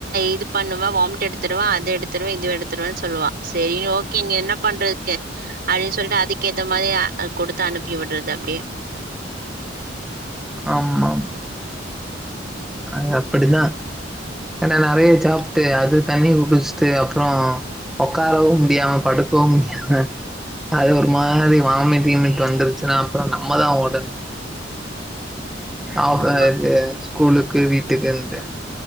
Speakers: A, on the right; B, in the centre.
A: இது பண்ணுவே வாமி எடுத்துடுவே அது எடுத்துடுவ இது எடுத்துடுவே சொல்லுவா சரி ஓகே நீங்க என்ன பண்றதுக்கு அல்லி சொல்லிட்டு அதுக்கேத்த மாரி கொடுத்து அனுப்பி உட்றது அப்டியே
B: ஆமாம் அ அப்டிதா ஏனா நறைய சாப்ட்டு அது தண்ணி குடிச்சுட்டு அப்ற உக்காரவு முடியாம படுக்கவு முடியாம அது ஒரு மாரி வாமிட்கீமிட் வந்துருச்சுன்னா அப்புற நம்மதா ஓடணு அவ
A: ஆமா.
B: இது ஸ்கூலுக்கு வீட்டுக்கிண்டு